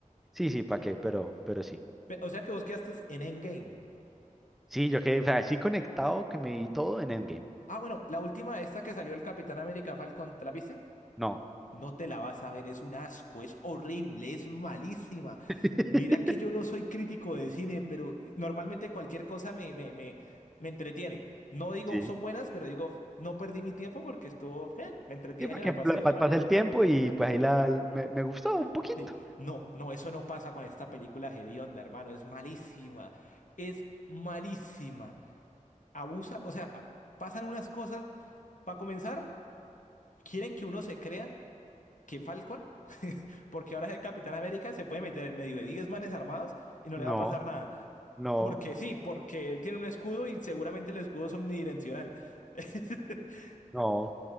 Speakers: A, in the centre; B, on the left.
A: Sí, sí, ¿para qué? Pero, pero sí.
B: Ve, o sea que vos quedaste en Endgame.
A: Sí, yo quedé, o sea, sí conectado que me di todo en Endgame.
B: Ah, bueno, la última, esta que salió el Capitán América Falcon, ¿te la viste?
A: No.
B: No te la vas a ver, es un asco, es horrible, es malísima.
A: <laughs>
B: Mira que yo no soy crítico de cine, pero normalmente cualquier cosa me, me, me, me entretiene. No digo
A: Sí.
B: son buenas, pero digo, no perdí mi tiempo porque estuvo bien, me entretiene,
A: Sí, porque
B: la pasé
A: <laughs> la,
B: bueno.
A: pa- pasé el tiempo y pues ahí la, me, me gustó un poquito.
B: Sí. No, no, eso no pasa con esta película hedionda, hermano, es malísima, es malísima. Abusa, o sea, a- pasan unas cosas. Para comenzar, quieren que uno se crea. que Falcon, <laughs> porque ahora es el Capitán América, se puede meter en medio de 10 manes armados y no le va
A: No,
B: a pasar nada.
A: no,
B: Porque sí, porque él tiene un escudo y seguramente el escudo es omnidireccional. <laughs>
A: no,